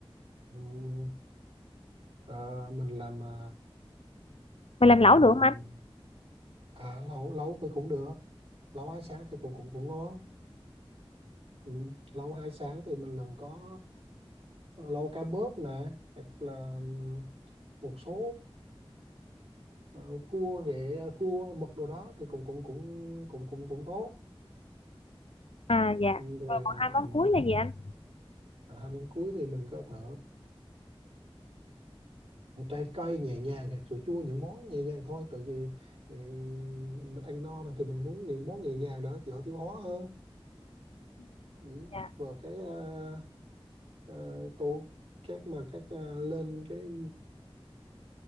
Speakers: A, on the right (about 70°); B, on the left (about 75°).
A: ừm, à, mình làm à,
B: mày làm lẩu
A: ừm,
B: được không anh
A: à, lẩu lẩu thì cũng được. Lẩu hải sản thì cũng cũng cũng ngon. Ừm, Lẩu hải sản thì mình làm có ờ, lẩu cá bớp nè, hoặc là ừm, một số ờ, ờ, cua ghẹ, cua mực đồ đó thì cũng cũng cũng cũng cũng cũng tốt.
B: à dạ
A: Ừm, Rồi
B: rồi còn
A: à,
B: hai món
A: ừm,
B: cuối là gì anh
A: à, hai món cuối thì mình có thể trái cây nhẹ nhàng hạt sữa chua những món nhẹ nhàng thôi tại vì ừ, mình ăn no rồi thì mình muốn những món nhẹ nhàng đó dễ tiêu hóa hơn
B: Ừ,
A: ừ.
B: dạ
A: và cái ờ, ờ, tô các mà các ờ, lên cái